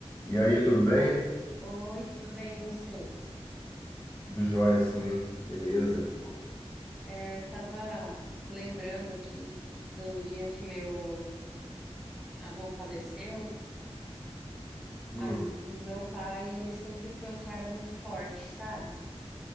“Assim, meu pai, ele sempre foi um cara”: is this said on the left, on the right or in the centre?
Centre